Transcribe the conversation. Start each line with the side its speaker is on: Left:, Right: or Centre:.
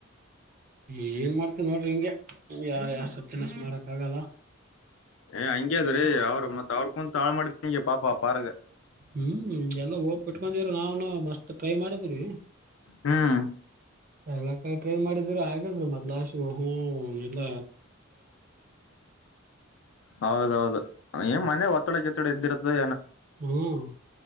Right: ಏನ್ ಮಾಡ್ತನ್ ನೋಡ್ರಿ ಹಂಗೆ ಯಾರ ಯಾವ ಸಿನಸ್ ಮಾಡಕ್ ಆಗಲ್ಲ
Left: ಏ ಹಂಗ್ಯ ಅದ್ರೀ ಅವ್ರು ಮತ್ ಅವ್ರ ಕುೂಂತ ತಾಳು ಮಾಡಿದಂಗೆ ಪಾಪ ಪಾರ್ಗ
Right: ಹ್ಮ್ ಎಲ್ಲ ಹೋಗ ಬಿಟ್ಕೊಂಡಿದ್ರ ನಾವನು ಮಸ್ತ್ ಟ್ರೈ ಮಾಡಿದ್ರಿ
Left: ಹ್ಮ್
Right: ಎಲ್ಲ ಕ ಟ್ರೈ ಮಾಡಿದ ್ರ ಆಗಲ್ರಿ ಮತ್ ಲಾಸ್ ಹ್ ಎಲ್ಲ
Left: ಹೌದೌದು ಏನ್ ಮನೆ ಒ ಜೊತೆಡೆ ಇದ್ದಿರುತ್ತೆ
Right: ಹ್ಮ್